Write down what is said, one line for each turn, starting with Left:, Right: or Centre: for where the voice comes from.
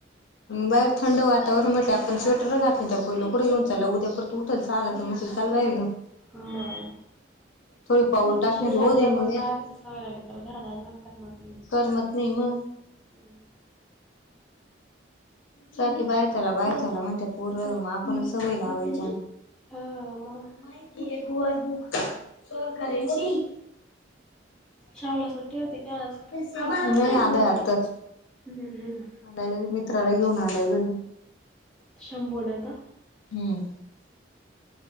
Left: बाहेर थंड वातावरण म्हटलं आपण स्वेटरच घातले त्या पहिलं कुे येऊन लला उद्या परत त उठ चालता म चालयर गं
Centre: मग
Left: थोडे पाऊल टाकणे
Centre: श्रियांना
Left: हो दे
Centre: पण
Left: मग
Centre: बाहेरची सवय लागली तर घरात आजीबात करमत नाही.
Left: करमत नाही मग
Centre: ह
Left: सारखी बाहेरचाला बाहेर चाला म्हणते पोरं आपणच सवय लावायच्या
Centre: हा मग
Left: <unintelligible>
Centre: शावला सुट्टी होती की आज
Left: नाही आलंय आताच
Centre: हम्म हम
Left: आलाय मित्राला येऊन आलाय घरी
Centre: शंबोलाता्
Left: हम्म